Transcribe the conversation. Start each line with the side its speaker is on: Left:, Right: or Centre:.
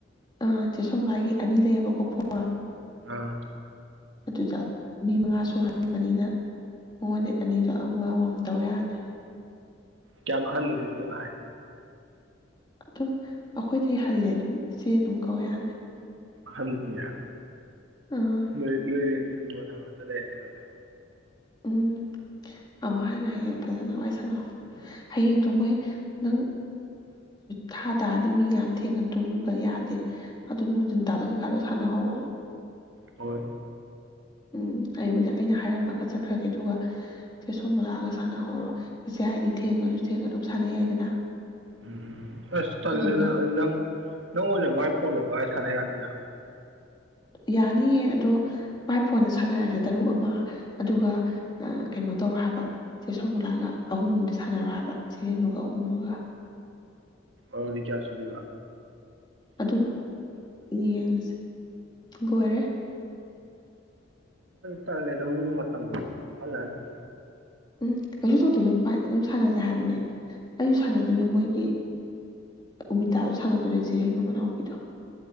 Left: ꯑ ꯆꯦ ꯁꯣꯝꯂꯥꯏꯒꯤ ꯑꯅꯤ ꯂꯩꯌꯦꯕꯀꯣ ꯐꯣꯟ
Right: ꯑꯥ
Left: ꯑꯗꯨꯗ ꯃꯤ ꯃꯉꯥ ꯁꯨꯍꯟꯕꯅꯤꯅ ꯃꯉꯣꯟꯗꯩꯩ ꯑꯅꯤꯗꯣ ꯑꯃ ꯑꯃꯝ ꯇꯧ ꯌꯥꯅꯤ
Right: ꯀꯌꯥꯝ ꯑꯍꯜꯅꯣ ꯆꯦ ꯁꯣꯃꯣꯂꯥ ꯍꯥꯏꯁꯦ
Left: ꯑꯗꯨꯝ ꯑꯩꯈꯣꯏꯗꯒꯤ ꯍꯜꯂꯦ ꯑꯗꯨꯝ ꯏꯆꯦ ꯑꯗꯨꯝ ꯀꯧ ꯌꯥꯅꯤ
Right: ꯍꯜꯗꯤ ꯌꯥ
Left: ꯑꯥ
Right: ꯅꯣꯏꯅꯣꯏ ꯍꯥꯅꯨ ꯍꯅ ꯉꯛꯇꯥꯂꯩꯔꯅꯤꯕ ꯑꯗꯨꯝ
Left: ꯎꯝ ꯑꯃꯛ ꯍꯟꯅ ꯍꯌꯦꯡ ꯐꯖꯅ ꯋꯥꯔꯤ ꯁꯥꯟꯅꯧ ꯍꯌꯦꯡꯗꯣ ꯃꯣꯏ ꯅꯪ ꯊꯥ ꯇꯥꯔꯗꯤ ꯃꯤ ꯌꯥꯝ ꯊꯦꯡꯅ ꯇꯨꯝꯕ ꯌꯥꯗꯦ ꯑꯗꯨ ꯅꯣꯡꯊꯤꯟ ꯇꯥꯂꯒ ꯀꯩꯀꯥꯗꯣ ꯁꯥꯟꯅꯍꯧꯋꯣ
Right: ꯍꯣꯏ
Left: ꯎꯝ ꯑꯩꯕꯨꯗꯤ ꯑꯩꯅ ꯍꯥꯏꯔꯝꯃꯒ ꯆꯠꯈ꯭ꯔꯒꯦ ꯑꯗꯨꯒ ꯆꯦ ꯁꯣꯃꯣꯂꯥꯒ ꯁꯥꯟꯅꯍꯧꯔꯣ ꯏꯆꯦꯌꯏꯗꯤ ꯊꯦꯡꯉꯁꯨ ꯊꯦꯡꯅꯥ ꯑꯗꯨꯝ ꯁꯥꯟꯅꯩ ꯌꯥꯏꯗꯅ
Right: ꯎꯝ ꯑꯁ ꯇꯜꯂꯦꯗ
Left: ꯑꯗꯨꯒ
Right: ꯅꯪ ꯅꯪ ꯑꯣꯏꯅ ꯃꯥꯏ ꯐꯣꯟꯗꯣ ꯄꯥꯏ ꯁꯥꯟꯌꯥꯅꯤꯅ
Left: ꯌꯥꯅꯤꯌꯦ ꯑꯗꯣ ꯃꯥꯏ ꯐꯣꯟꯗ ꯁꯥꯟꯅꯔꯁꯦ ꯇꯔꯨꯛ ꯑꯃ ꯑꯗꯨꯒ ꯀꯩꯅꯣ ꯇꯧꯔꯣ ꯍꯥꯏꯕ ꯆꯦ ꯁꯣꯃꯣꯂꯥꯒ ꯑꯍꯨꯝ ꯑꯗꯤ ꯁꯥꯟꯅꯔ ꯍꯥꯏꯕ ꯆꯦ ꯔꯦꯅꯨꯒ ꯑꯍꯨꯝ ꯑꯃꯒ
Right: ꯑꯣꯗꯤ ꯀꯌꯥꯁꯨꯗꯣꯏꯕ
Left: ꯑꯗꯨꯝ ꯌꯦꯡꯉꯁꯦ ꯂꯣꯏꯔꯦ
Right: ꯇꯥꯟꯂꯦꯗ ꯃꯤ ꯃꯇꯝ ꯃꯥꯡꯉꯂꯒ <inaudible>
Left: ꯎꯝ ꯑꯩꯁꯨ ꯇꯧꯗꯦ ꯑꯗꯨꯝ ꯄꯥꯏ ꯑꯗꯨꯝ ꯁꯥꯅꯁꯦ ꯍꯥꯏꯕꯅꯦ ꯑꯩꯁꯨ ꯁꯥꯟꯅꯗꯣꯏꯅꯦ ꯃꯣꯏꯒꯤ ꯎꯃꯤꯇꯥꯗꯨ ꯁꯥꯟꯅꯗꯣꯏꯅꯦ ꯆꯦꯔꯤꯅꯨ ꯃꯅꯥꯎꯄꯤꯗꯣ